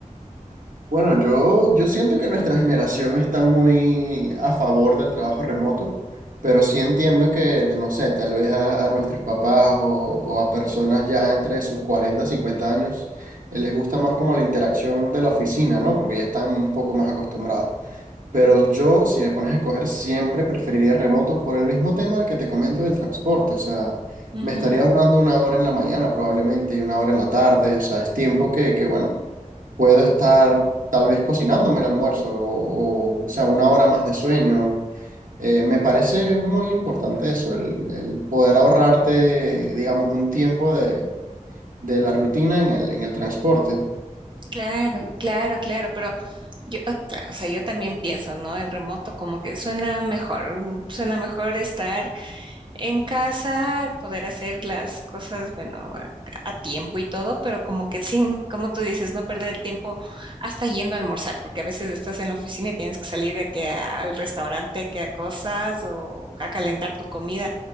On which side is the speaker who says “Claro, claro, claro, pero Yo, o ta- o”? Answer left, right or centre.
Right